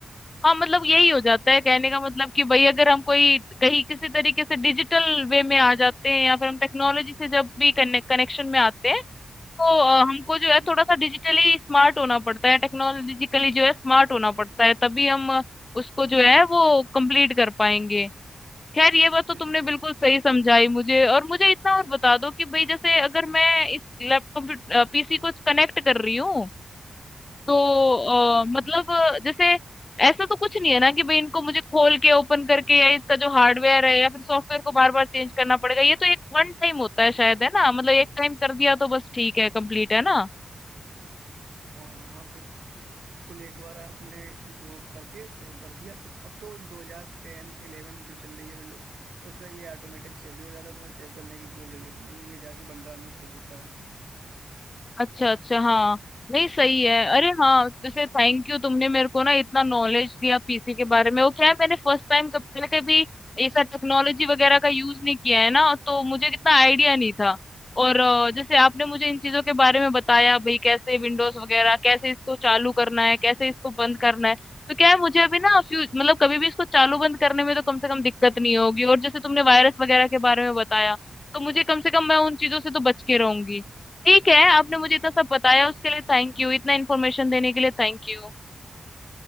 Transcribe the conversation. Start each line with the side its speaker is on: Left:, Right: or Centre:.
Left: हाँ मतलब यही हो जाता
Right: और-
Left: है कहने का मतलब कि भाई अगर हम कोई कहीं किसी तरीके से डिजिटल वे में आ जाते हैं या फिर हम टेक्नोलॉजी से जब भी कनेक्शन में आते हैं तो अ, हमको जो
Right: हम्म
Left: है थोड़ा सा डिजिटली स्मार्ट होना पड़ता है टेक्नोलॉजिकली जो है स्मार्ट होना पड़ता है तभी हम अ, उसको जो है वो कंप्लीट कर पाएंगे खैर ये बात तो
Right: बिल्कुल
Left: तुमने बिल्कुल सही समझाई मुझे और मुझे इतना और बता दो कि भाई जैसे अगर मैं इस लैपटॉप पीसी को कनेक्ट कर रही हूँ तो
Right: हम्म
Left: अ, मतलब अ, जैसे ऐसा तो कुछ नहीं है ना कि भाई इनको मुझे खोल के ओपन करके या इसका जो हार्डवेयर है या फिर सॉफ्टवेयर को बार बार चेंज करना पड़ेगा ये तो एक वन टाइम होता है शायद है ना मतलब एक टाइम कर दिया तो बस ठीक है कंप्लीट है ना
Right: हाँ हाँ बिल्कुल कुल एक बार आपने जो करके सेव कर दिया अब तो 2010 11 जो चल रही है विंडो उसमें ये ऑटोमेटिक सेव भी हो जाता है तुम्हें सेव करने की कोई जरूरत नहीं है ये जाके बन ड्राइव में सेव होता है
Left: अच्छा अच्छा हाँ नहीं सही है अरे हाँ जैसे थैंक यू तुमने मेरे को ना इतना नॉलेज दिया पीसी के बारे में वो क्या है मैंने फर्स्ट टाइम कब पहले कभी ऐसा टेक्नोलॉजी वगैरह का यूज नहीं किया है ना तो मुझे कितना आइडिया नहीं था और अ, जैसे आपने मुझे इन चीजों के बारे में बताया भाई कैसे विंडोज वगैरह कैसे इसको चालू करना है कैसे इसको बंद करना है तो क्या है मुझे अभी ना फ्यू मतलब कभी भी इसको चालू बंद करने में तो कम से कम दिक्कत नहीं होगी और जैसे तुमने वायरस वगैरह के बारे में बताया तो मुझे कम से कम मैं उन चीजों से तो बच के रहूंगी ठीक है आपने मुझे इतना सब बताया
Right: बिल्कुल
Left: उसके लिए थैंक यू इतना इन्फॉर्मेशन देने के लिए thank you